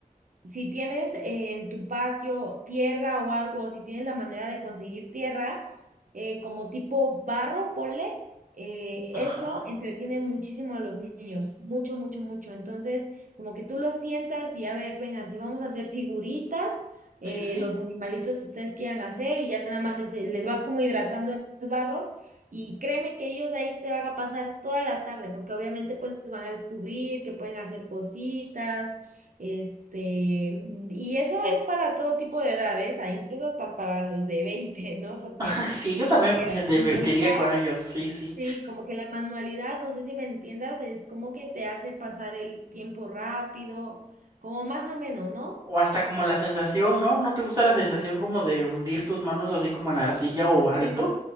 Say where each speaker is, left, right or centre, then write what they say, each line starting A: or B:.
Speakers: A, on the right (about 65°); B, on the right (about 25°).
A: si tienes eh, en tu patio tierra o algo, o si tienes la manera de conseguir tierra, eh, como tipo barro, ponle, eh,
B: ajá,
A: eso entretiene muchísimo a los niños, mucho, mucho, mucho. Entonces, como que tú los sientas y a ver, vengan, si vamos a hacer figuritas, eh,
B: sí, sí.
A: los animalitos que ustedes quieran hacer, y ya nada más les, les vas como hidratando el barro. Y créeme que ellos ahí se van a pasar toda la tarde, porque obviamente pues van a descubrir que pueden hacer cositas, este, y eso es para todo tipo de edades, ah, incluso hasta para los de veinte ¿no? Porque
B: <laughs> Sí, yo también
A: como que
B: me
A: la
B: divertiría
A: manualidad,
B: con ellos, sí, sí.
A: sí, como que la manualidad, no sé si me entiendas, es como que te hace pasar el tiempo rápido, como más ameno, ¿no?
B: O hasta como la sensación, ¿no? ¿No te gusta la sensación como de hundir tus manos así como en arcilla o barrito?
A: Sí,